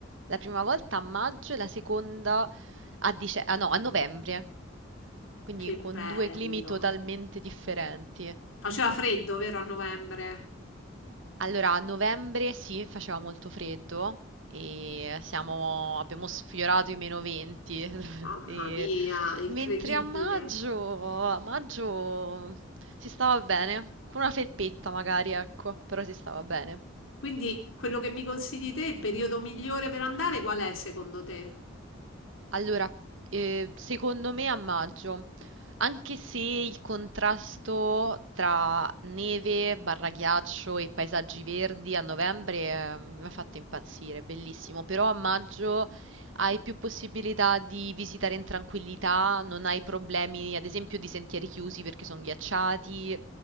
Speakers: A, on the right; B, on the left.
A: la prima volta a maggio e la seconda a, dice- ah, no, a novembre, quindi
B: che
A: con
B: bello.
A: due climi totalmente differenti.
B: Faceva freddo, vero, a novembre?
A: Allora, a novembre sì, faceva molto freddo e siamo- abbiamo sfiorato i meno 20, <laughs>
B: Mamma
A: e-
B: mia,
A: mentre
B: incredibile.
A: a maggio, a maggio si stava bene, con una felpetta magari, ecco, però si stava bene.
B: Quindi quello che mi consigli te, il periodo migliore per andare, qual è secondo te?
A: Allora, eh, secondo me a maggio, anche se il contrasto tra neve, barra ghiaccio e paesaggi verdi a novembre, eh, mi ha fatto impazzire, è bellissimo, però a maggio hai più possibilità di visitare in tranquillità, non hai problemi, ad esempio, di sentieri chiusi perché sono ghiacciati